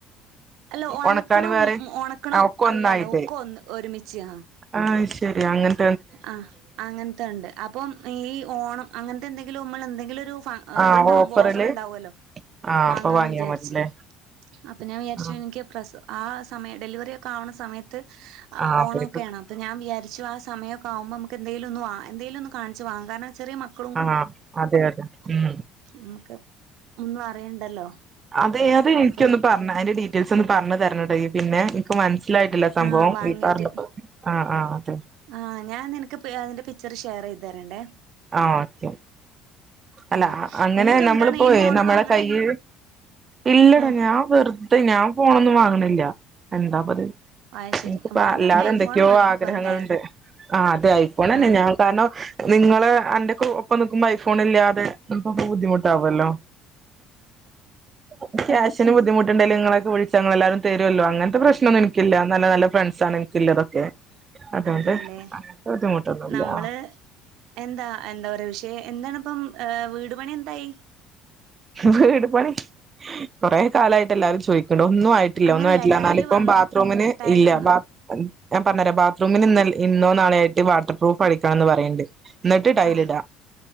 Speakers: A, on the right; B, on the right.
A: അല്ല അലക്കണും
B: ഉണക്കാന് വേറെ
A: ഒണക്കണും
B: ആഹ് ഒക്കെ ഒന്നായിട്ട്
A: അല്ലല്ലോ ഒക്കെ ഒന്ന് ഒരുമിച്ചു ചെയ്യണം
B: ആഹ് ശരി അങ്ങനെ
A: ആഹ് അങ്ങനത്തെ ഉണ്ട് അപ്പം ഈ ഓണം അങ്ങനത്തെ എന്തെങ്കിലും നമ്മള് എന്തെങ്കിലും
B: ആഹ്
A: ഇതുണ്ടാവുമ്പോ
B: ഓഫറില്
A: ഓഫർ ഉണ്ടാവുമല്ലോ
B: ആഹ്
A: വാങ്ങാന്ന്
B: അപ്പൊ വാങ്ങിയാ
A: വിചാരിച്ച്
B: മതില്ലേ
A: അപ്പം ഞാൻ വിചാരിച്ചു
B: ആഹ്
A: എനിക്ക് പ്രസ ആ സമയം ഡെലിവറി ഒക്കെ ആവണ സമയത്ത്
B: ആഹ് അപ്പഴേക്കൊക്കെ
A: ഓണമൊക്കെയാണ് അപ്പം ഞാൻ വിചാരി ആഹ് സമയൊക്കെയാകുമ്പോ നമുക്ക് എന്തെങ്കിലും ഒന്ന് എന്തേലും ഒന്ന് കാണിച്ച് വാങ്ങാം കാരണം ചെറിയ മക്ക
B: ആഹ് അതെ അതെ ഉം
A: നമുക്ക് ഒന്നും അറിയണ്ടല്ലോ
B: അതെ അതെ എനിക്കൊന്ന്
A: അപ്പൊ
B: പറഞ്ഞ് അതിന്റെ ഡീറ്റെയിൽസ് ഒന്ന് പറഞ്ഞ് തരണട്ടെ പിന്നെ ക്ക് മനസ്സിലായിട്ടില്ല സംഭവം
A: ആഹ് വാങ്ങിട്ട്
B: ഈ പറഞ്ഞപ്പം ആഹ് ആഹ് അതെ
A: ആഹ് ഞാൻ നിനക്ക് അതിന്റെ എപ്പഴാ പിക്ചറ് ഷെയർ ചെയ്ത് തരേണ്ടേ
B: ആഹ് ഓക്കെ അല്ല
A: ഉം
B: അങ്ങനെ
A: എന്നിട്ട്
B: നമ്മള്
A: എന്താണ്
B: ഇപ്പൊവെ
A: ഈ ഫോണ്
B: നമ്മളെ
A: വാങ്ങണ
B: കൈയ്,, ഇല്ലടാ
A: ആഹ്
B: ഞാൻ വെറുതെ ഞാൻ ഫോണൊന്നും വാങ്ങണില്ല എന്താപ്പം ഇത്
A: അത് ശരി
B: എനിക്കിപ്പോ
A: വാങ്ങാണെങ്കി
B: അല്ലാതെ
A: ഐഫോൺ
B: എന്തൊക്കെയോ
A: വാങ്ങിക്കും
B: ആഗ്രഹങ്ങളുണ്ട്
A: എന്തായാലും
B: ആഹ് അത് ഐ ഫോണ് തന്നെ
A: ആഹ്
B: ഞാൻ കാരണം നിങ്ങള് എന്റെ ഒപ്പം നിക്കുമ്പോ ഐഫോൺ ഇല്ലാതെ നിങ്ങക്ക് ബുദ്ധിമുട്ടാവല്ലോ <inaudible> ബുദ്ധിമുട്ടുണ്ടേല് നിങ്ങളെയൊക്കെ. വിളിച്ചാൽ നിങ്ങളെല്ലാരും തരുവല്ലോ അങ്ങത്തെ പ്രശനമൊന്നും എനിക്കില്ല നല്ല നല്ല ഫ്രണ്ട്സ് ആണ് എനി,, കില്ലറൊക്കെ അതുകൊണ്ട്
A: അതെല്ലേ
B: ബുദ്ധിമുട്ടൊന്നുമില്ല
A: നമ്മള് എന്താ എന്താ ഒരു പക്ഷേ എന്താണ് ഇപ്പം വീട് പണി എന്തായി
B: വീട് പണി കൊറേ കാലമായിട്ട് എല്ലാരും ചോയിക്കണു ഒന്നും ആയി ട്ടില്ല
A: അങ്ങനല്ല
B: ഒന്നും ആയിട്ടില്ല
A: ടൈല്
B: എന്നാലിപ്പം
A: വന്നോ
B: ബാത്റൂമിന്
A: ടൈല്
B: ഇല്ല
A: വന്നോ
B: ബാ,, ഞാൻ പറഞ്ഞരാം ബാത്റൂമിൽ ഇന്ന് ഇന്നോ നാളെയോ ആയിട്ട് വാട്ടർ പ്രൂഫ് അടിക്കണം എന്ന് പറയുണ്ട് എന്നിട്ട് ടൈല്
A: ആഹ്
B: ഇടാം